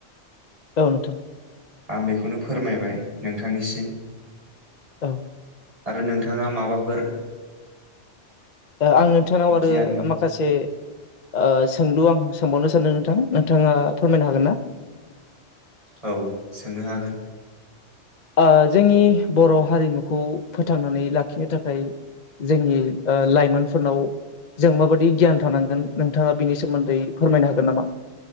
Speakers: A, on the left; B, on the right.
A: औ नोंथां
B: आं बेखौनो फोरमायबाय नोंथांनिसिम
A: औ
B: आरो नोंथाङा माबाफोर
A: आं नोंथांनाव आरो
B: गियान दङ
A: माखासे ओ सोंलु आं सोंबावनो सानदों नोंथां नोंथाङा फोरमायनो हागोन ना ।
B: औ सोंनो हागोन ।
A: आ जोंनि बर' हारिमुखौ फोथांनानै लाखिनो थाखाय । जोंनि ओ लाइमोनफोरनाव । जों माबायदि गियान थानांगोन नोंथाङा बिनि सोमोन्दै फोरमायनो हागोन नामा ।